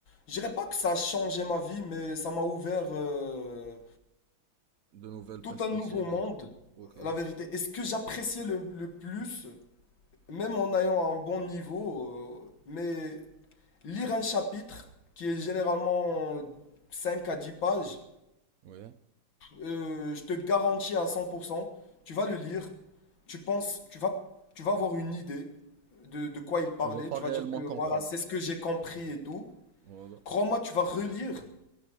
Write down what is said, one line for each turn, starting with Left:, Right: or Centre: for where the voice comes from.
Left: Je dirais pas que ça a changé ma vie, mais ça m'a ouvert euh,
Right: De nouvelles
Left: tout
Right: perspectives.
Left: un nouveau monde,
Right: de- Ok.
Left: la vérité. Et ce que j'appréciais le le plus... même en ayant un bon niveau, euh, mais lire un chapitre qui est généralement 5 à 10 pages,
Right: Ouais.
Left: euh, je te garantis à 100%, tu vas le lire, tu penses, tu vas, tu vas avoir une idée de, de quoi il parlait,
Right: Tu vas pas
Left: tu
Right: réellement
Left: vas dire que voilà,
Right: comprendre.
Left: c'est ce que j'ai compris et tout.
Right: Voilà.
Left: Crois-moi, tu vas relire,